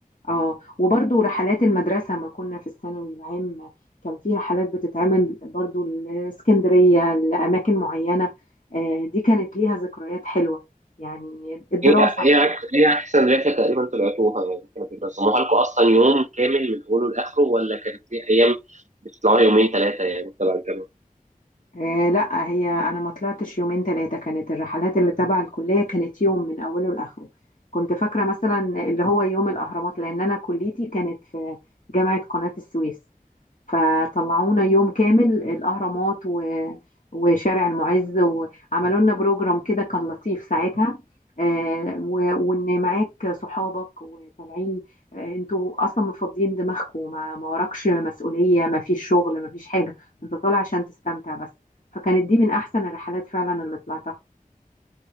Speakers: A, on the left (about 60°); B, on the right (about 55°).
A: اه وبرضو رحلات المدرسة ما كنا في الثانوي العام كان في رحلات بتتعمل برضو لاسكندرية لأماكن معينة آه، دي كانت ليها ذكريات حلوة يعني الدراسة
B: ايه ايه أك- ايه احسن رحله تقريبا طلعتوها يعني كانوا بينظموها لكم اصلا يوم كامل من اوله لاخره ولا كانت في ايام بتطلعوا يومين ثلاثه يعني تبع الجامعه؟
A: آه، لا هي أنا ما طلعتش يومين ثلاثة كانت الرحلات اللي تبع الكلية كانت يوم من أوله لآخره كنت فاكرة مثلا اللي هو يوم الأهرامات لأن أنا كليتي كانت في جامعة قناة السويس فطلعونا يوم كامل الأهرامات و... وشارع المعز وعملوا لنا بروجرام كده كان لطيف ساعتها آه، و... وإن معاك صحابك وطالعين آه، انتوا أصلا مفضيين دماغكم ما... ما وراكش مسؤولية ما فيش شغل ما فيش حاجة انت طالع عشان تستمتع بس فكانت دي من أحسن الرحلات فعلا اللي طلعتها